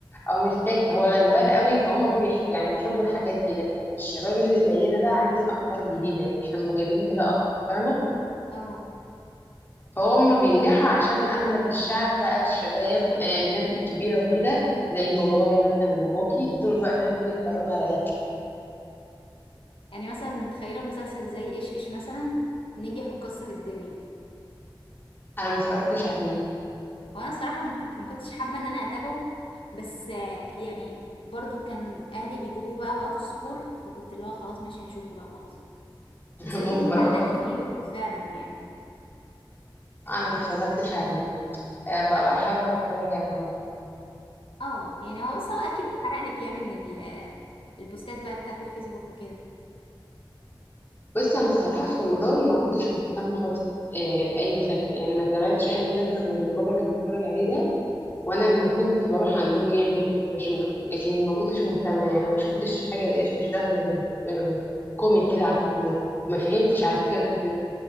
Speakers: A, on the left; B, on the left.
A: او مش تافه هو غلبان قوي فهم بيح... يعني بيحبوا الحاجات دي لكن الشباب اللي زينا بقى عايزين افكار جديده احنا معجبين بده اكتر فاهمه
B: اه
A: فهم بينجحوا عشان اغلب الشعب بقى الشباب آه، الناس الكبيره وكده زي بابايا مثلا وباباكي طول الوقت حابين يتفرجوا على ده
B: يعني مثلا متخيلة مسلسل زي ايش ايش مثلا نجح وكسر الدنيا
A: انا ما اتفرجتش عليه
B: وانا الصراحه م- ما كنتش حابه ان انا اتابعه بس آه، يعني برضو كان اهلي بيجيبوه بقى وقت السحور فكنت اللي هو خلاص ماشي هشوفه بقى خلاص
A: <laughs>
B: بس لقيت
A: مجبر
B: اتعلقت
A: اخر
B: فيه بيه فعلا يعني
A: انا ما اتفرجتش عليه آه، بقى بحاول اتفرج عليه برضه
B: اه يعني هو بس هو اكيد اتحرق لك يعني من ال- البوستات بقى بتاعت الفيسبوك وكده
A: بس انا الصراحه في رمضان ما كنتش مهتمه خالص آه، باي مسلسل يعني ما تابعتش اي مسلسل غير اللي بابا كان بيتفرج عليه ده وانا لما كنت بروح عندهم يعني كنت بشوف لكن ما كنتش مهتمه يعني ما شفتش حاجه لايش ايش ده غير آه، كوميك كده على الفيسبوك ما فهمتش على فكره في الفيسبوك